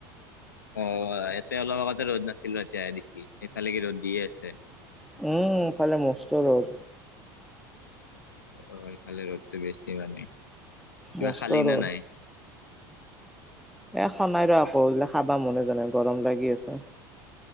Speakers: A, on the left; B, in the centre.
A: অ', ইয়াতে অলপ আগতে ৰ'দ নাছিলে ৰ এতিয়া দিছি সেই ফালে কি ৰ'দ দিয়ে আছে।
B: উম এফালে মস্ত ৰ'দ।
A: অ', এইফালে ৰ'দতটো বেছি মানে কিবা
B: মস্ত
A: খালি
B: ৰ'দ
A: না নাই?
B: এ খনাই ৰ আকৌ এইবিলাক খাবা মনে জানাই গৰম লাগি আছে।